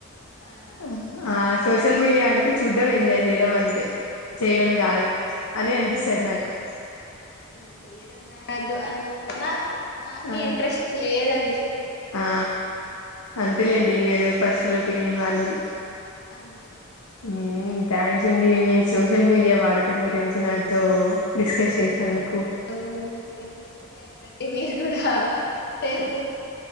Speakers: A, on the left (about 50°); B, on the left (about 85°).
A: అవునా
B: ఆ ఆ సోషల్
A: ఉమ్,
B: మీడియా అండి చూడ్డం ఎంజాయ్ చేయడం అంతే చేయడం
A: అంతే
B: కాదు
A: నేను చెప్పండి
B: అని అనిపిస్తది నాకు
A: నేను చెయడం రాదు అనడం అన్న నాకి
B: ఆ
A: ఇంట్రెస్ట్ లే లేదండి
B: ఆ అంతేలేండి ఎవరు పర్సనల్ ఒపీనియన్ వాళ్ళది
A: అంతే
B: ఉమ్మ్ థ్యాంక్స్ అండి మీ సోషల్ మీడియా వాడకం గురించి నాతో డిస్ క్స్ చేసినందుకు
A: ఓకే మీకు థ్యాంక్స్ అండి మీరు కూడా సేమ్